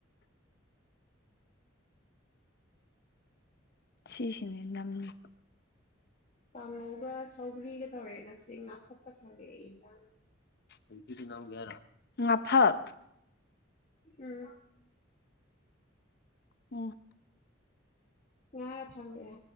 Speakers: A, on the left; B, on the left.
A: ꯁꯤꯁꯤꯡꯉ ꯌꯥꯝꯝꯅꯤ
B: ꯀ ꯉꯒ ꯁꯧꯒ꯭ꯔꯤꯒ ꯇꯧꯔꯦ ꯉꯁꯤ ꯉꯥꯊꯠꯀ ꯊꯝꯂꯛꯑꯦ ꯏꯟꯁꯥꯡ
A: ꯑꯦꯖꯤꯗꯤ ꯅꯝꯒꯦꯔꯥ ꯃꯐꯛ
B: ꯎꯝ
A: ꯎꯝ
B: ꯉ ꯊꯌꯥ